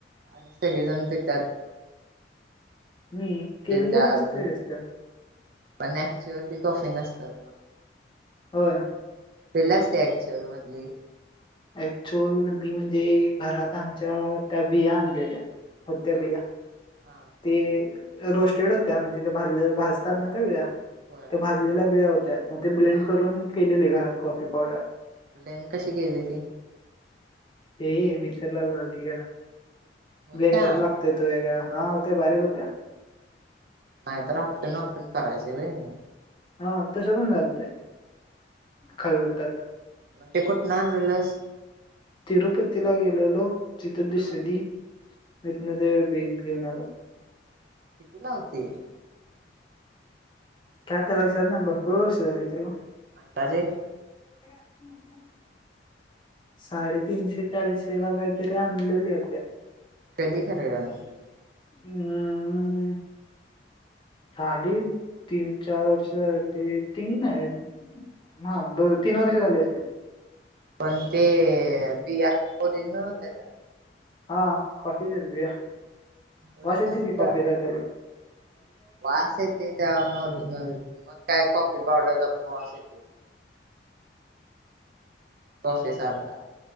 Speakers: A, on the right; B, on the left.
A: आणि सगळेजण ते त्यांच्या त
B: व्हय केमिकल
A: त्यात
B: असत जास्त
A: पण ऍक्च्युअल ती कॉफी नसतात
B: होय.
A: पहिला असते ऍक्चुअल मधली
B: ऍक्चुअल मधली म्हणजे घरात आमच्या त्या बिया आणलेल्या होत्या
A: हा
B: बिया.
A: हा
B: ते रोस्टेड होत्या म्हणजे ते भाजले भाजतात ना त्या बिया
A: होय
B: त्या
A: होय
B: भाजलेल्या बिया होत्या मग ते ब्लेंड
A: हा
B: करून केलेले घरात कॉफी पावडर
A: ब्लेंड कशी केली ती?
B: ते मिक्सरला लावली घरात.
A: होत्या
B: ब्लेंडर लागतोयतो वेगळा. हा होते बारीक होत
A: नाहीतर आपटून आपटून करायच वई नाही
B: हा तस पण झालते खलबत्त्यात
A: मग ते कुठनं आणलेलंस
B: तिरुपतीला गेले गेलो. तिथ दिसली,
A: हा
B: तिथं ते बी घेऊन आलो.
A: किती लावते?
B: का त्याला <unintelligible> भरपूर वर्ष झाली त्याला
A: अंदाजे?
B: <unintelligible> साडेतीनशे चारशे का काहीतरी आणलेल्या होत्या
A: कधी खर आणलेल्या?
B: अम झाली तीन चार वर्ष <unintelligible> हा दोन तीन वर्ष झाले असतील
A: पण ते बिया ओरिजनल होत्या का?
B: हा, कॉफीच्याच बीया,
A: ओरिजनल
B: वास येतो
A: होत्या
B: की कॉफीचा त्याला
A: वास येते त्या ओरिजिनल मग काय कॉफी पावडरचा पण वास येतोय कॉफी सारखा